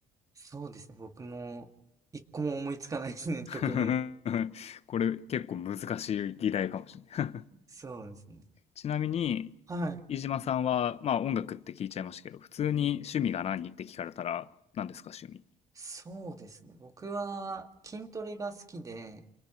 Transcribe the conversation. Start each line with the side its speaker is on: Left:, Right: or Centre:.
Right: そうですね、僕も一個も思いつかないですね、曲名。
Left: <laughs> これ結構難しい議題かもしれない。
Right: そうですね。
Left: ちなみに、
Right: はい。
Left: 飯島さんは、まあ音楽って聞いちゃいましたけど、普通に趣味が何って聞かれたら、何ですか趣味。
Right: そうですね。僕は筋トレが好きで、